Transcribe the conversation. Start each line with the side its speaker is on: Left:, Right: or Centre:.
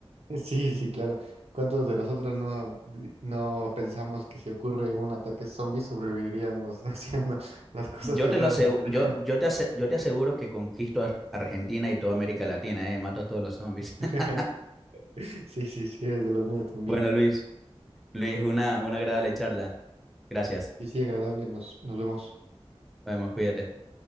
Right: Sí, sí, claro. ¿Cuántos de nosotros no, no pensamos que si ocurre un ataque zombie sobreviviríamos <laughs> haciendo las cosas
Centre: Yo
Right: que
Centre: te
Right: salen
Centre: lo aseguro,
Right: en la película?
Centre: yo, yo te ase- yo te aseguro que conquisto Ar- Argentina y toda América Latina, eh, mato a todos los zombies.
Right: <laughs>
Centre: <laughs>
Right: Sí, sí, sí, eres de los míos también.
Centre: Bueno, Luis, Luis, una, una agradable charla. Gracias.
Right: Sí, sí, agradable, nos, nos vemos.
Centre: Nos vemos, cuídate.